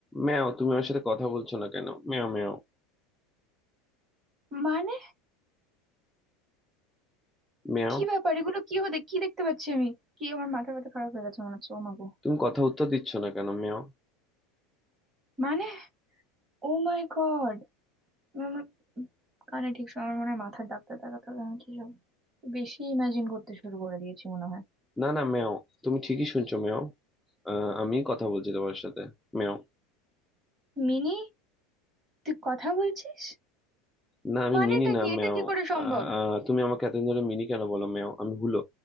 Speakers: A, in the centre; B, on the right (about 15°).
A: ম্যাও তুমি আমার সাথে কথা বলছো না কেন ম্যাও ম্যাও
B: মানে
A: ম্যাও
B: কি ব্যাপার এগুলো কি হতে কি দেখতে পাচ্ছি আমি কি আমার মাথা ব্যথা খারাপ হয়ে গেছে মনে হচ্ছে ও মা গো
A: তুমি কথা উত্তর দিচ্ছ না কেন ম্যাও
B: মানে ও মাই গড আমার কানে ঠিক সময় আমার মনে হয় মাথার ডাক্তার দেখাতে হবে আমি কি সব বেশি ইমাজিন করতে শুরু করে দিয়েছি মনে হয়
A: না না ম্যাও তুমি ঠিকই শুনছো ম্যাও আহ, আমি কথা বলছি তোমার সাথে ম্যাও
B: মিনি তুই কথা বলছিস
A: না আমি
B: মানেটা
A: মিনি না
B: কি এটা
A: ম্যাও
B: কি করে সম্ভব
A: আহ, তুমি আমাকে এতদিন ধরে মিনি কেন বলো ম্যাও আমি হুলো